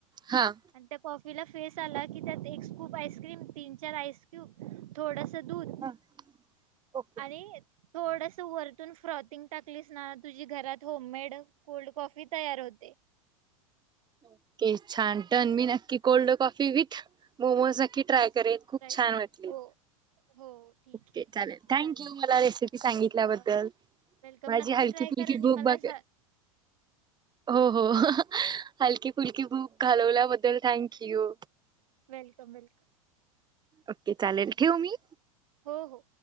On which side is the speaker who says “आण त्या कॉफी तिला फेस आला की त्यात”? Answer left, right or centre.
Right